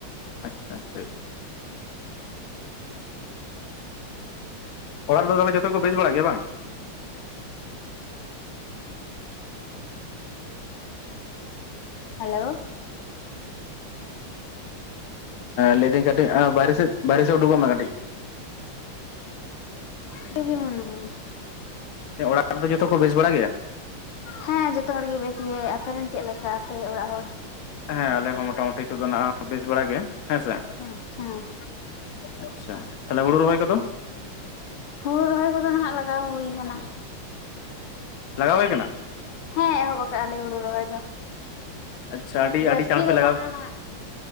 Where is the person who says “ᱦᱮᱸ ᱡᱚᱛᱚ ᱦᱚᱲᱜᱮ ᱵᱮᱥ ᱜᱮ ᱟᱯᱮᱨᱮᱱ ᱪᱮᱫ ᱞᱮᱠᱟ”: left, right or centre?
Left